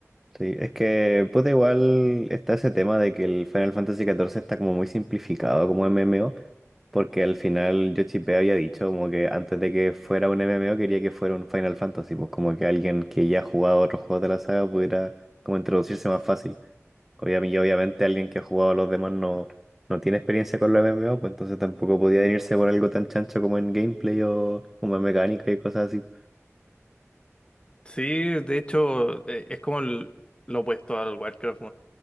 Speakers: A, in the centre; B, on the left (about 20°).
A: sí, es que puta igual está ese tema de que el Final Fantasy catorce está como muy simplificado como MMO, porque al final Yoshipé había dicho como que antes de que fuera un MMO quería que fuera un Final Fantasy, pues como que alguien que ya ha jugado otros juegos de la saga pudiera como introducirse más fácil. Obviamente, y obviamente alguien que ha jugado a los demás no, no tiene experiencia con los MMO, pues entonces tampoco podía venirse por algo tan chancho como en gameplay o como en mecánica y cosas así.
B: Sí, de hecho, eh, es como el- lo opuesto al Warcraft,